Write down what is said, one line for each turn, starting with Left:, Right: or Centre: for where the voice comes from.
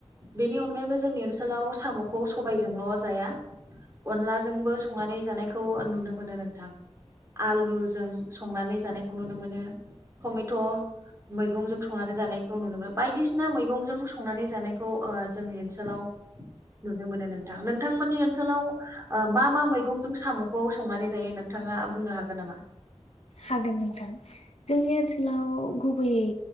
Right: बेनि अनगायैबो जोंनि ओनसोलाव साम'खौ सबायजोंल' जाया अनलाजोंबो संनानै जानायखौ नुनो मोनो नोंथां आलुजों संनानै जानायखौ नुनो मोनो टमेट' मैगंजों संनानै जानायखौ नुनो मोनो बायदिसिना मैगंजों संनानै जानायखौ। जोंनि ओनसोलाव नुनो मोनो नोंथां नोंथांमोननि ओनसोलाव मा मा मैगंजों साम'खौ संनानै जायो नोंथाङा बुंनो हागोन नामा।
Left: हागोन नोंथां जोंनि ओनसोलाव गुबैयै